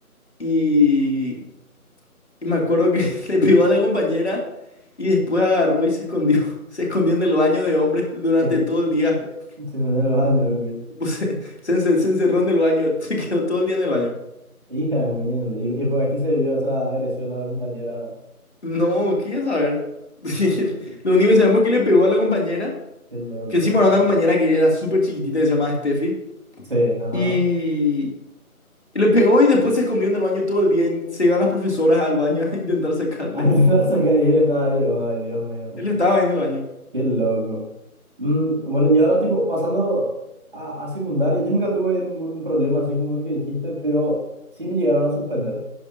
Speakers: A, on the left; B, on the right.
A: Y, y me acuerdo que <laughs> le pegó a la compañera y después agarró y se escondió. <laughs> Se escondió en el baño de hombres durante
B: Se,
A: todo el día. <laughs>
B: se fue en los años, ok.
A: Tipo, se, se ence- se encerró en el baño, <laughs> se quedó todo el día en el baño.
B: Hija de mierda. ¿Y, y por aquí se vio esa agresión a la compañera?
A: No, quería saber. <laughs>
B: Ah, ah,
A: Lo único que sabemos es que le pegó a la compañera,
B: Qué loco,
A: que encima
B: macho.
A: era una compañera que era súper chiquitita, que se llamaba Steffi.
B: Sí, ajá.
A: Y, y le pegó y después se escondió en el baño todo el día. Y se iban las profesoras al baño <laughs> a intentar sacarle.
B: <laughs> Al intentar sacar y él estaba ahí. Ay, Dios mío.
A: Él estaba ahí en el baño.
B: Qué loco. Mm, bueno, y ahora, tipo, pasando a, a secundaria, yo nunca tuve ningún problema así como el que dijiste, pero sí me llegaron a suspender.